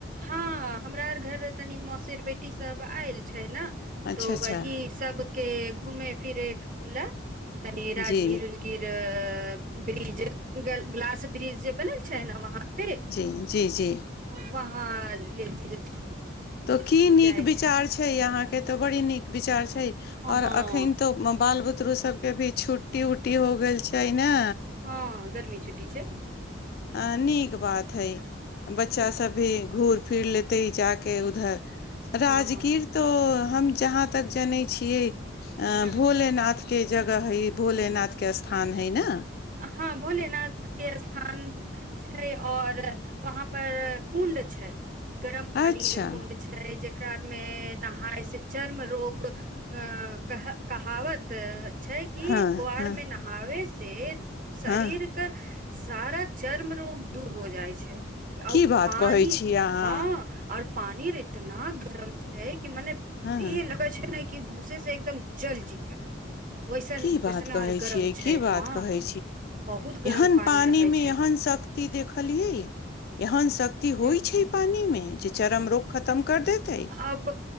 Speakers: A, on the right; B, on the left.
A: हँ हमरा आर घर तनी मौसीर बेटी सब आयल छैय ना
B: अच्छा
A: तो
B: अच्छा
A: वही सबके घूमे फिरे लए तनी राजगीर
B: जी
A: किर ब्रिज ग्लास ब्रिज जे बनल छै ने वहाॅं वे
B: जी जी जी
A: वहाँ ले <inaudible>
B: तॅं की नीक
A: जायके
B: विचार छै अहाँ के त बड़ी नीक विचार छैय
A: हँ
B: आओर एखन तो बाल बुतरू सभके भी छुट्टी उट्टी हो गेल छैय न
A: हाॅं गर्मी छुट्टी छैय
B: अ नीक बात है बच्चा सब भी घूर फिर लेते जाक के उधर राजगीर
A: हँ
B: तो हम जहाँ तक जनैय छियैय अ
A: हँ
B: भोलेनाथके जगह हइ भोलेनाथ के स्थान हइ न
A: हाॅं भोले नाथ के स स्थान छैय और वहाँ पर कुण्ड छैय गरम पानी
B: अच्छा
A: र कुण्ड छै जकरा मे नहाय से चर्म रोग <unintelligible> क कहावत छै कि
B: हँ
A: ओर
B: हँ
A: मे नहाबे से शरीर
B: हँ
A: एक सारा चर्म रोग दूर हो जाइ छै
B: की
A: आउ
B: बात
A: पानी
B: कहै छियै अहाँ
A: हँ आर पानी अर इतना गरम छै कि मने
B: हँ
A: लगै छै ने कि घूसे से एकदम जल जीतै वैसन
B: की बात
A: वैसन हर
B: कहै
A: गरम
B: छियै
A: छै
B: की बात
A: हँ
B: कहै
A: बहुत गरम
B: एहन पानी
A: रहै
B: मे
A: छै
B: यहन शक्त। देखलियै एहन शक्ति होइ
A: ह
B: छै। पानी मे जे चरम रोग खतम कर देते
A: अब